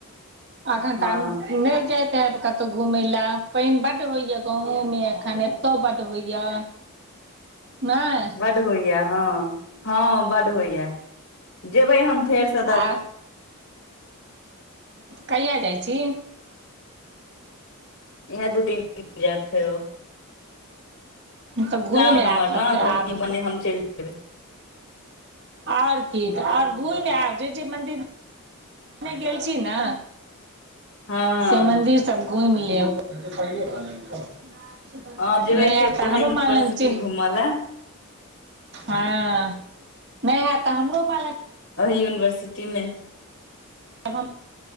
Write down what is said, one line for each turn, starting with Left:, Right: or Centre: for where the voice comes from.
Right: अखन
Left: हँ
Right: तऽ अब नहि जायतै। कतहु घूमेय ला पानि बड़ होइया गावो मे एखन एतौ बड़ होइया। नहि
Left: बड़ होइया हँ बड़ होइया जेबे हम फेर से।
Right: आ कहिया जाई छी।
Left: इहा दू तीन दिन जायबथि।
Right: तऽ
Left: एग्जाम
Right: घुम
Left: अइ हमर
Right: आइब
Left: ने तऽ ओहि बने हम चलि जेबै
Right: आर कि घुमि आयब जे मन्दिर। गेल छी ने
Left: हँ हँ
Right: से मन्दिर। सभ घुम लेब नहि
Left: हँ जेबै
Right: हैएत
Left: फेर
Right: तऽ
Left: ओहे
Right: हमरो
Left: यूनिवर्सिटी
Right: माँ लग छै।
Left: घूमऽ लए
Right: हँ नहि हेइत तऽ हमरो माल।
Left: यूनिवर्सिटी मे।
Right: आब हम